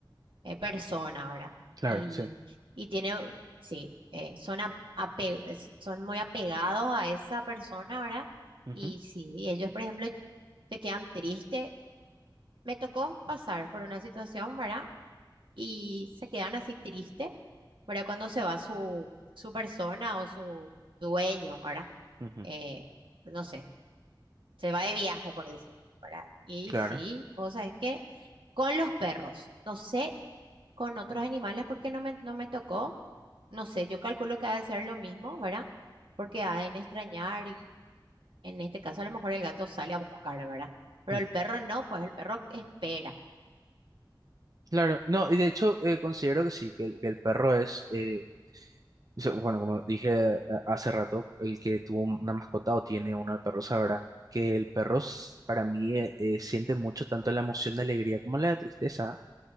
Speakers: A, on the right; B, on the right.
A: eh, persona, ¿verdad?
B: Claro,
A: Y,
B: sí.
A: y tiene, sí, eh, son, a- ape- es- son muy apegados a esa persona, ¿verdad?
B: Ujú,
A: Y sí, ellos, por ejemplo, se quedan tristes. Me tocó pasar por una situación, ¿verdad? Y se quedan así tristes, ¿verdad? Cuando se va su, su persona o su dueño, ¿verdad?
B: ujú, ujú,
A: eh, no sé, se va de viaje, por decirlo, ¿verdad? Y
B: Claro.
A: sí, vos sabés que con los perros, no sé, con otros animales porque no me, no me tocó, no sé, yo calculo que ha de ser lo mismo, ¿verdad? Porque ha de extrañar y en este caso a lo mejor el gato sale a buscar, ¿verdad? Pero
B: ujú.
A: el perro no, pues el perro espera.
B: Claro, no, y de hecho eh, considero que sí, que el, que el perro es, eh, So, Bueno, como dije eh, hace rato, el que tuvo una mascota o tiene uno de perros sabrá que el perro s- para mí eh, eh, siente mucho tanto la emoción de alegría como la de tristeza.